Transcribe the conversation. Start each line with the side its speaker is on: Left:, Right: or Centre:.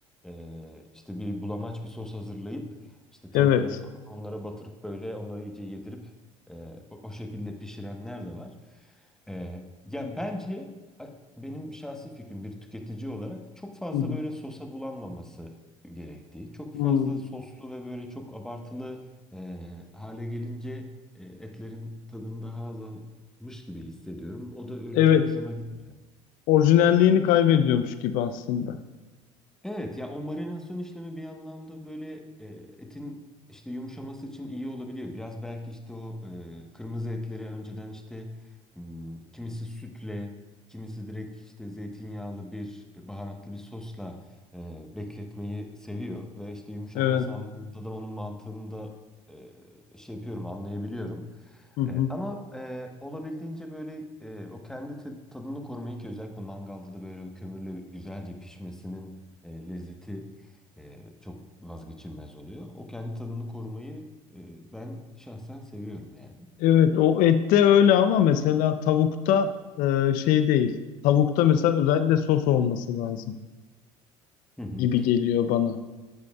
Centre: e, işte bir bulamaç bir sos hazırlayıp işte tavukları
Left: Evet.
Centre: falan onlara batırıp böyle onları iyice yedirip ee, o, o şekilde pişirenler de var. Ee, yani bence a- benim şahsi fikrim bir tüketici olarak çok fazla
Left: Hı hı.
Centre: böyle sosa bulanmaması gerektiği, çok
Left: Hmm.
Centre: fazla soslu ve böyle çok abartılı e, hale gelince e, etlerin tadını daha azalmış gibi hissediyorum. O da öyle
Left: Evet.
Centre: çok hoşuma gitmiyor.
Left: Orijinalliğini kaybediyormuş gibi aslında.
Centre: Evet ya o marinasyon işlemi bir yandan da böyle e, etin işte yumuşaması için iyi olabiliyor. Biraz belki işte o e, kırmızı etleri önceden işte m, kimisi sütle, kimisi direkt işte zeytinyağlı bir baharatlı bir sosla e, bekletmeyi seviyor. Ve işte yumuşatması
Left: Evet.
Centre: anlamında da onun mantığını da e, şey yapıyorum anlayabiliyorum.
Left: Hı hı.
Centre: E, ama e, olabildiğince böyle e, o kendi te- tadını korumayı ki özellikle mangalda da böyle o kömürle güzelce pişmesinin e, lezzeti e, çok vazgeçilmez oluyor. O kendi tadını korumayı e, ben şahsen seviyorum yani.
Left: Evet o ette öyle ama mesela tavukta e, şey değil. Tavukta mesela özellikle sos olması lazım
Centre: Hı hı.
Left: gibi geliyor bana.